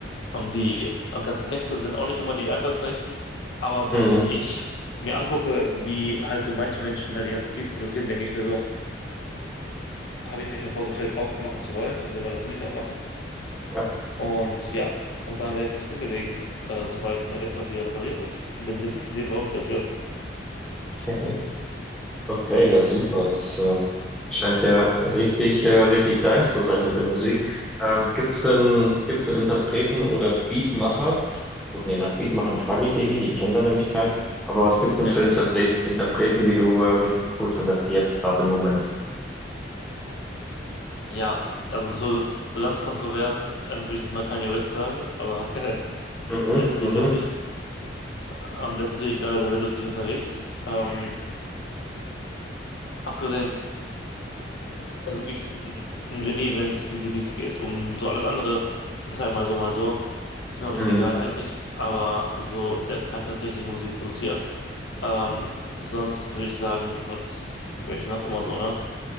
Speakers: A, on the left (about 70°); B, in the centre.
A: Ähm, die äh, ganzen Texte sind auch nicht immer die einfallsreichsten, aber
B: Mhm.
A: wenn ich mir angucke, wie halt so manche Menschen halt die ganzen Beats produzieren, denke ich mir so, habe ich mir schon vorgestellt, auch machen zu wollen und genau das will ich auch machen.
B: Ja,
A: Und ja, und dann werde ich mich jetzt hinbewegen, äh, sobald mein Laptop wieder repariert ist. <laughs> Den, den, den brauche ich dafür.
B: okay. Okay, ja, super. Das äh, scheint ja richtig, äh, richtig deins zu sein mit der Musik. Ähm, gibt's denn, gibt's denn Interpreten oder Beatmacher? Gut, nee, nach Beatmachern frage ich dich nicht. Ich kenne da nämlich keinen. Aber was gibt's
A: Ja,
B: denn für Interpret Interpreten, die du äh, richtig cool findest, jetzt gerade im Moment?
A: ja, also so, so ganz kontrovers ähm, würde ich jetzt mal Kanye West sagen, aber <laughs>
B: Mhm,
A: der ist natürlich
B: mhm,
A: lustig, ähm, der ist natürlich gerade sehr, sehr lustig unterwegs. Ähm, abgesehen also wirklich ein ein Genie, wenn es um die Beats geht. Um so alles andere ist halt mal so, mal so. Ist mir auch recht
B: mhm,
A: egal eigentlich. Aber so, der kann tatsächlich Musik produzieren. Ähm, sonst würde ich sagen, was höre ich noch immer so, ne?